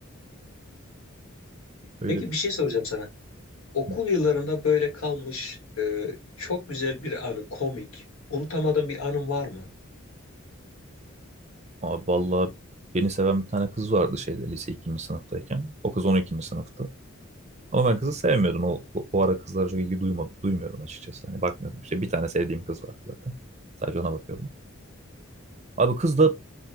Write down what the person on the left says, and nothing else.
Peki
bir şey soracağım sana. Okul
yıllarında böyle kalmış e, çok güzel bir anı, komik. Unutamadığın bir anın var mı?